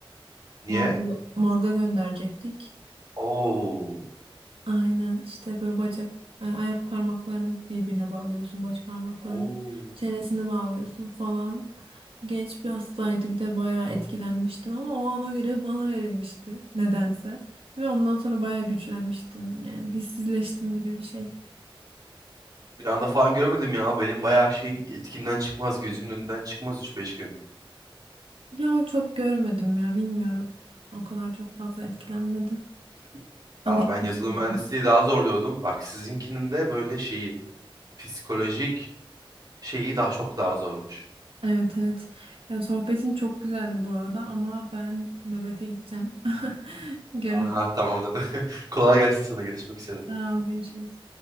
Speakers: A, on the right (about 45°); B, on the right (about 80°).
A: Niye?
B: Morga, morga gönderecektik.
A: Oo.
B: Aynen işte böyle bacak, e, ayak parmaklarını birbirine bağlıyorsun, baş parmaklarını,
A: Oo.
B: çenesini bağlıyorsun falan. Genç bir hastaydı bir de bayağı etkilenmiştim ama o ana göre bana verilmişti nedense. Ve ondan sonra bayağı güçlenmiştim yani hissizleştim gibi bir şey.
A: Bir anda falan göremedim ya. Benim bayağı şey etkimden çıkmaz. Gözümün önünden çıkmaz üç beş gün.
B: Yo çok görmedim ya bilmiyorum. O kadar çok fazla etkilenmedim. <laughs> Alıştım.
A: Aa, ben yazılım
B: çünkü.
A: mühendisliği daha zor diyordum. Bak sizinkinin de böyle şeyi. Psikolojik şeyi daha çok daha zormuş.
B: Evet evet. Ya, sohbetin çok güzeldi bu arada ama ben nöbete gideceğim. <laughs> Görüşürüz.
A: Aa, tamamdır. <laughs> Kolay gelsin sana. Görüşmek üzere.
B: Sağ ol, görüşürüz.